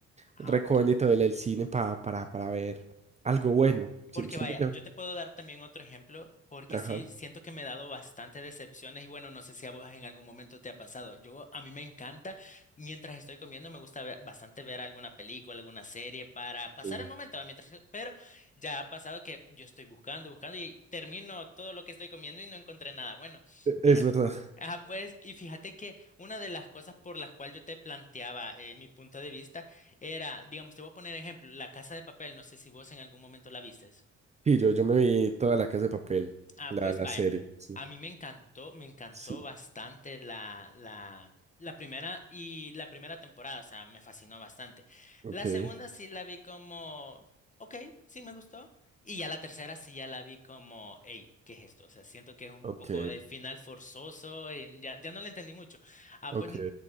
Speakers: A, on the left; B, on the right.
A: Ah,
B: recóndito
A: ok.
B: del, del cine pa- para, para ver algo bueno. Sie-
A: Porque
B: Siento
A: vaya,
B: que...
A: yo te puedo dar también otro ejemplo, porque
B: Ajá,
A: sí siento que me he dado bastantes decepciones y bueno, no sé si a vos en algún momento te ha pasado. Yo, a mí me encanta, mientras estoy comiendo, me gusta ver- bastante ver alguna película, alguna serie para pasar
B: Sí.
A: el momento, ¿va? mientras, pero ya ha pasado que yo estoy buscando, buscando y termino todo lo que estoy comiendo y no encontré nada. Bueno,
B: e-
A: fíjate.
B: es verdad.
A: Ah, pues, y fíjate que una de las cosas por las cuales yo te planteaba eh, mi punto de vista era, digamos, te voy a poner ejemplo, La Casa de Papel, no sé si vos en algún momento la vistes.
B: sí yo, yo me vi toda la Casa de Papel,
A: Ah,
B: la,
A: pues
B: la
A: vaya,
B: serie, sí.
A: a mí me encantó, me encantó
B: Sí,
A: bastante la, la, la primera y la primera temporada, o sea, me fascinó bastante.
B: ok,
A: La segunda sí la vi como, ok, sí me gustó. Y ya la tercera sí ya la vi como, hey, ¿qué es esto? O sea, siento que es un
B: ok,
A: poco de final forzoso y ya, ya no le entendí mucho. Ah,
B: ok,
A: pues n-